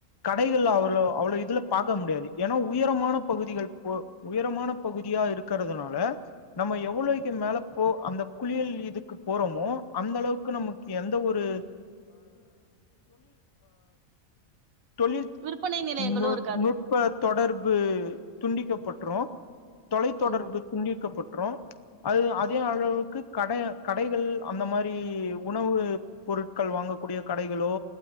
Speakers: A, on the left (about 25°); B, on the right (about 80°).
A: கடைகள அவ்வளோ இது பார்க்க முடியாது ஏன்னா உயரமான பகுதிகள் போ உயரமான பகுதியா இருக்கிறதுனால நம்ம எவ்வளோக்கு மேல போ அந்த குளியல் இதுக்கு போறோமோ அந்த அளவுக்கு நமக்கு எந்த ஒரு தொழில்
B: விற்பனை நிலையங்களும்
A: நுட்
B: இருக்
A: நுட்ப தொடர்பு துண்டிக்கப்பட்ரும் தொலைத்தொடர்பு
B: ஓ
A: துண்டிக்கப்பட்டு அ அதே அளவுக்கு கடை கடைகள் அந்த மாரி உணவு பொருட்கள் வாங்கக்கூடிய கடைகளோ